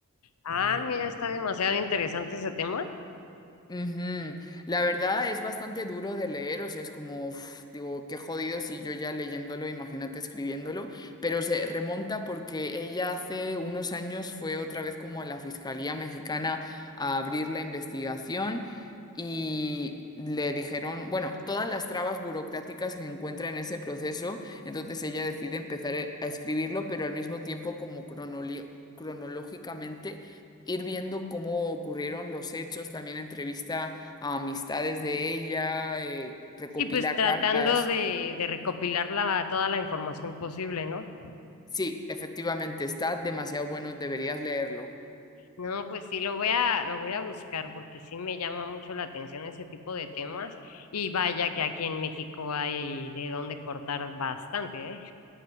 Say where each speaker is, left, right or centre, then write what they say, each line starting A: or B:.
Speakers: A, on the left (about 80°); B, on the left (about 20°).
A: Ah, mira, está demasiado interesante ese tema.
B: Ujú. La verdad es bastante duro de leer, o sea, es como, uf, digo, qué jodido si yo ya leyéndolo, imagínate escribiéndolo, pero se remonta porque ella hace unos años fue otra vez como a la Fiscalía Mexicana a abrir la investigación y le dijeron, bueno, todas las trabas burocráticas que encuentra en ese proceso, entonces ella decide empezar e- a escribirlo, pero al mismo tiempo como cronoli- cronológicamente ir viendo cómo ocurrieron los hechos, también entrevista a amistades de ella, eh, recopila
A: Sí, pues tratando
B: cartas.
A: de, de recopilar la- toda la información posible, ¿no?
B: Sí, efectivamente, está demasiado bueno, deberías leerlo.
A: No, pues sí, lo voy a, lo voy a buscar porque sí me llama mucho la atención ese tipo de temas. Y vaya que aquí en México hay de dónde cortar bastante, ¿eh?